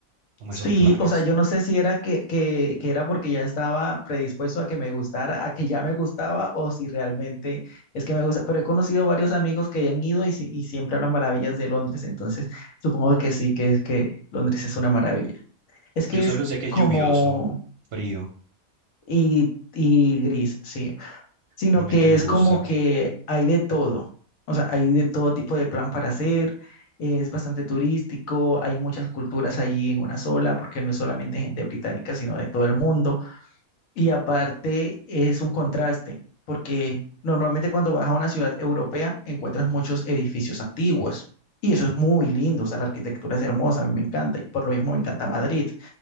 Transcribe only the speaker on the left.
Sí,
o sea, yo no sé si era que, que, que era porque ya estaba predispuesto a que me gustara, a que ya me gustaba o si realmente es que me gusta, pero he conocido varios amigos que han ido y, si- y siempre hablan maravillas de Londres, entonces supongo que sí, que es que Londres es una maravilla. Es
que
es
como...
Y, y gris, sí. Sino
que
es
como que hay de todo. O sea, hay de todo tipo de plan para hacer. Es bastante turístico, hay muchas culturas ahí en una sola, porque no es solamente gente británica, sino de todo el mundo. Y aparte es un contraste, porque normalmente cuando vas a una ciudad europea encuentras muchos edificios antiguos y eso es muy lindo, o sea, la arquitectura es hermosa, a mí me encanta y por lo mismo me encanta Madrid,